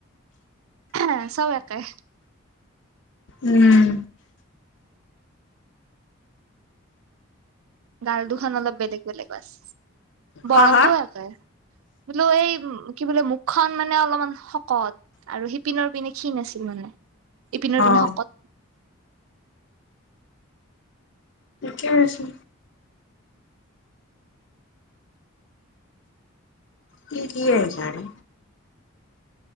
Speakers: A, on the right (about 75°); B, on the left (about 55°).
A: হে চব একেই।
B: উম।
A: গাল দুখন অলপ বেলেগ বেলেগ আছে।
B: হা
A: বৰণটোও
B: হা
A: আছে। বোলো এই, কি বোলে মুখখন মানে অলপমান শকত আৰু সিপিনৰ পিনে ক্ষীণ আছিল মানে। ইপিনৰ পিনে
B: অ
A: শকত
B: ঠিকে আছে। কি কি গাৰে